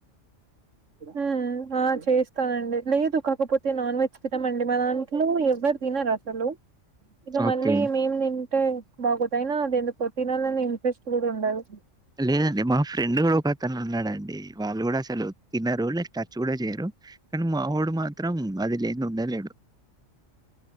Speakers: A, on the right; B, in the centre.
A: హ ఆ చేస్తాను లేదు కాకపోతే నాన్ వెజ్ తినమండి మా దాంట్లో ఎవ్వరు తినరు అసలు ఇక మళ్ళీ
B: ఓకే.
A: మేం తింటే బాగుతా అయినా దేనికో తినల ఇంట్రెస్ట్ కూడా ఉండదు
B: లేదండి మా ఫ్రెండ్ కూడా ఒక అతను ఉన్నాడండి వాళ్ళు కూడా అసలు తిన్నారు టచ్ కూడా చేయరు కానీ మాహోడు మాత్రం అది లేని ఉండలేడు